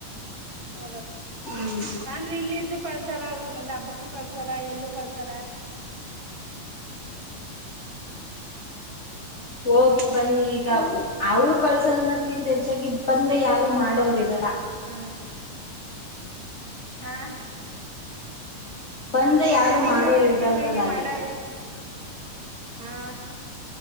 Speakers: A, on the right (about 35°); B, on the left (about 35°).
A: ಹೋಗದು
B: ಹ್ಮ್
A: ಅಂದ್ರೆ ಇಲ್ಲ ಇದ್ದು ಕಲ್ಸಲ್ಲ ಅವರು ಒಂದ್ ಹಬ್ಬಕ್ಕೂ ಕಲ್ಸಲ್ಲ ಎಲ್ಲೂ ಕಲ್ಸಲ್ಲ
B: ಹ್ಮ್ ಹೋಗಿ ಬನ್ನಿ ಈಗಿ ಅವರು ಕಳ್ಸಲ್ನ ಹೆಚ್ಚಾಗಿ ಬಂದೆ ಯಾರು ಮಾಡೋರು ಇರಲ್ಲ
A: ಹ್ಮ್
B: ಹ್ಮ್
A: ಹಾ
B: ಬಂದ್ರೆ ಯಾರು
A: ಒಂದ್ ತಿಂಗ
B: ಮಾಡೋರು
A: ಎರಡ್
B: ಇರಲ್ವಲ್ಲ
A: ತಿಂಗ ಇಲ್ಲಿ
B: ಅಲ್ಲಿ
A: ಮಾಡಾರ ಹಾ